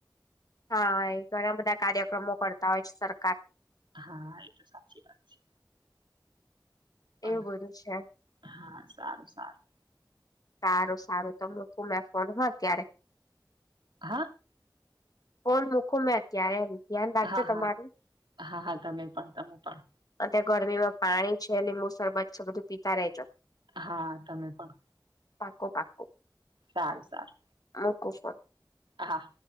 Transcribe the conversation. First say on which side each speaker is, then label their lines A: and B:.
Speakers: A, on the left; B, on the right.
A: હા એ ઘણા બધા કાર્યક્રમો કરતા હોય છે સરકાર
B: હા એ તો સાચી વાત છે. બ
A: એવું બધું છે
B: હા સારું, સારું
A: સારું સારું તમે મૂકું ફોન હા અત્યારે.
B: હા.
A: કોણ મુૂકું મેં અત્યારે ધ્યાન રાખજો
B: હા
A: તમારું
B: હા હા હા, તમે પણ તમે પણ
A: ત ગરમીમાં પાણી છે લીંબુ શરબત છે બધું પીતા રજો
B: હા તમે પણ
A: પાકો પાકો
B: સારું, સારું
A: હા, મુકો ફોન
B: હા